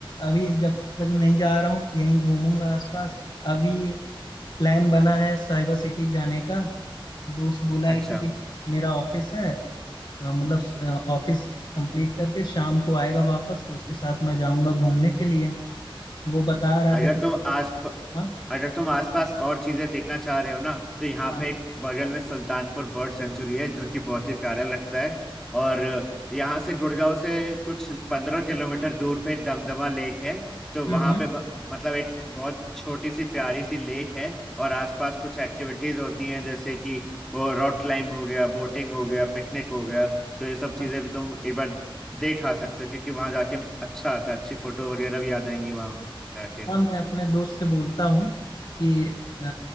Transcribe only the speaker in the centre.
अच्छा
अगर
तुम आस
अगर तुम आसपास और चीजें देखना चाह रहे हो ना तो यहाँ
पे
एक बगल में सुल्तानपुर बर्ड सेंचुरी है जो कि बहुत ही प्यारा लगता है और यहाँ से गुड़गांव से कुछ पंद्रह किलोमीटर दूर पे दमदमा लेक है तो
वहाँ
पे ब- मतलब एक बहुत छोटी सी प्यारी सी लेक है और आसपास कुछ एक्टिविटीज होती हैं जैसे कि वो रॉक क्लाइंब हो गया बोटिंग हो गया पिकनिक हो गया तो ये सब चीजें
भी तुम एक बार देख आ सकते हो क्योंकि वहाँ जाके अच्छा आता है अच्छी फोटो वगैरह भी आ जाएंगी वहाँ जाके